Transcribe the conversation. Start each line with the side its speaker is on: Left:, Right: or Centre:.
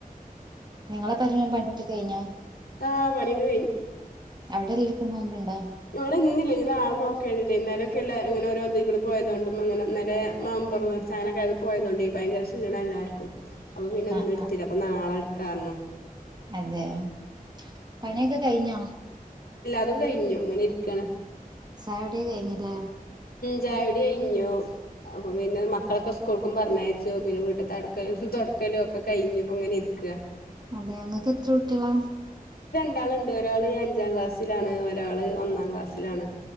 Right: നിങ്ങളെ പെരെലും പണ്യൊക്കെ കഴിഞ്ഞോഅവിടെല്ലാ
Left: ആഹ് പണിയൊക്കെ
Right: <unintelligible> ക്കും നോമ്പ് ഇണ്ടോ
Left: ഇവ്ടെ ഇന്നില്ലേനി ഇഞ്ഞ് നാളെ നോക്ക എഴതിട്ടേ ഇന്നലൊക്കെ ഇല്ലെ ഇങ്ങനെ ഓരോത് ക്കൂടെ പോയതോണ്ടും ഇന്നെലെ മ്പുറം നേർച്ച അനൊക്കെ അത് പോയതോണ്ടെ ഭയങ്കര ക്ഷീണ എല്ലർക്കും അപ്പൊ പിന്നെ ഇന്ന്
Right: ആഹ്
Left: ഇട്ത്തില അപ്പൊ നാളെ ഇട്ക്കാറ്ന്നു
Right: അതെയോ പണിയൊക്കെ കഴിഞ്ഞോ
Left: അതും കഴിഞ്ഞു ഇങ്ങനെ ഇര്ക്കാണ്
Right: ചായൊടി കഴ്ഞ്ഞ് ലെ
Left: ചായൊട്യയ്ഞ്ഞു അപ്പൊ പിന്നെ മക്ക് മക്കളൊക്കെ സ്കൂൾക്കും പറഞ്ഞയച്ചു. പിന്നെ വീട്ട്ത്തെ അടുക്കളെ തൊട്ക്കലു ഒക്കെ കഴിഞു ഇപ്പോ ഇങ്ങനെ ഇരിക്ക.
Right: അതെ ഇങ്ങക്ക് എത്ര കുട്ട്യേള
Left: ഒരാളുണ്ട് ഒരാള് അഞ്ചാം ക്ലാസ്സിലാണ്. ഒരാള് ഒന്നാം ക്ലാസ്സിലാണ്